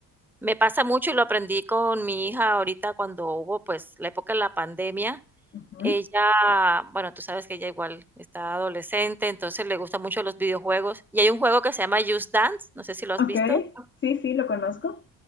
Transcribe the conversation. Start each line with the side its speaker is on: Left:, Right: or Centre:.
Centre: me pasa mucho, y lo aprendí con mi hija ahorita cuando hubo, pues, la época de la pandemia.
Left: Ujú.
Centre: Ella, bueno, tú sabes que ella igual está adolescente, entonces le gustan mucho los videojuegos, y hay un juego que se llama Just Dance, no sé si lo has
Left: Ok,
Centre: visto.
Left: sí, sí, lo conozco.